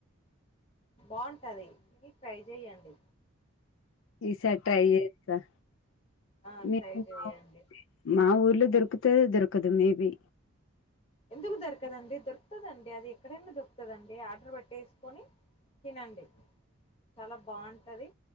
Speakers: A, on the left (about 30°); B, on the left (about 65°).
A: బాగుంటది తిని ట్రై చెయ్యండి
B: ఈసారి ట్రై యే త
A: ఆ
B: మీకు
A: ట్రై చెయ్యండి
B: మా <unintelligible> మా ఊర్ ఇల్లు దొరుకుత దొరుకదు మేబి
A: ఎందుకు దొరకదండి దొరుక్తదండి అది ఎక్కడన్న దొరుకుతదండి ఆర్డర్ పెట్టేసుకొని తినండి చాలా బాగుంటది